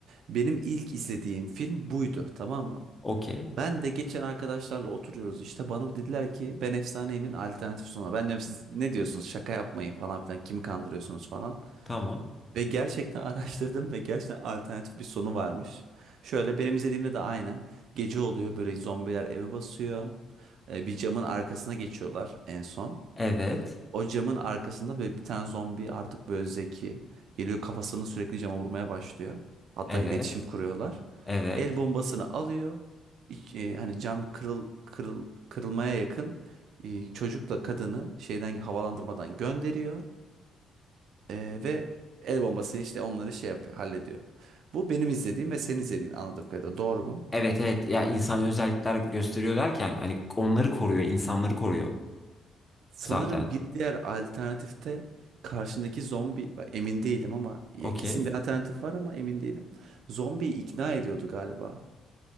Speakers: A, on the right (about 75°); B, on the left (about 15°).
A: Benim ilk izlediğim film buydu tamam mı?
B: Okey.
A: Ben de geçen arkadaşlarla oturuyoruz işte bana dediler ki ben Efsaneyim'in alternatif sunumu. Ben diyorum siz ne diyorsunuz şaka yapmayın falan filan kimi kandırıyorsunuz falan.
B: Tamam.
A: Ve gerçekten <laughs> araştırdım ve gerçekten alternatif bir sonu varmış. Şöyle benim izlediğimde de aynen gece oluyor böyle zombiler evi basıyor. Ee, Bir camın arkasına geçiyorlar en son.
B: Evet.
A: O camın arkasında böyle bir tane zombi artık böyle zeki geliyor kafasını sürekli cama vurmaya başlıyor. Hatta
B: Evet.
A: iletişim kuruyorlar.
B: Evet.
A: El bombasını alıyor. İç- e, hani cam kırıl, kırıl, kırılmaya yakın e, çocukla kadını şeyden havalandırmadan gönderiyor. E, ve el bombası işte onları şey yapıyor, hallediyor. Bu benim izlediğim ve senin izlediğin anladığım kadarıyla doğru mu?
B: Evet evet ya insan özellikler gösteriyor derken hani onları koruyor, insanları koruyor
A: Sanırım
B: zaten.
A: bir diğer alternatifte karşındaki zombi bak emin değilim ama ya
B: Okey.
A: kesin bir alternatif var ama emin değilim. Zombiyi ikna ediyordu galiba.